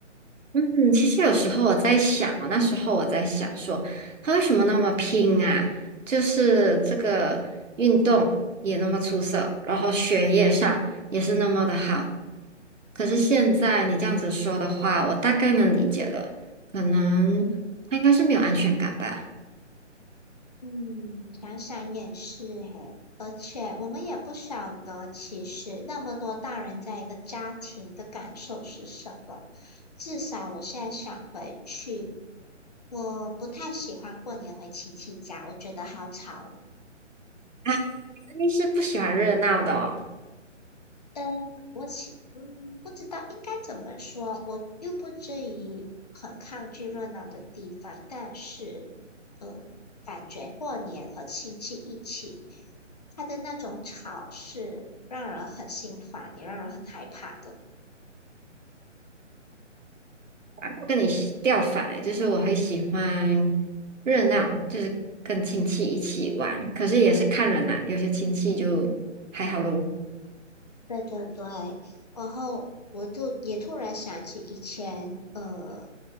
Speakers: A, on the right; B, on the left.
A: 嗯其实有时候我在想哦，那时候我在想说，他为什么那么拼啊？就是这个运动也那么出色，然后学业上也是那么的好。可是现在你这样子说的话，我大概能理解了，可能他应该是没有安全感吧？
B: 嗯，想想也是诶，而且我们也不晓得，其实那么多大人在一个家庭的感受是什么。至少我现在想回去，我不太喜欢过年回亲戚家，我觉得好吵哦。
A: 啊，肯定是不喜欢热闹的哦。
B: 嗯，我其嗯不知道应该怎么说，我又不至于很抗拒热闹的地方，但是呃，感觉过年和亲戚一起，他的那种吵是让人很心烦，也让人很害怕的。
A: 我跟你喜调反了，就是我会喜欢热闹，就是跟亲戚一起玩，可是也是看人啦，有些亲戚就还好咯。
B: 对对对，然后我就也突然想起以前，呃，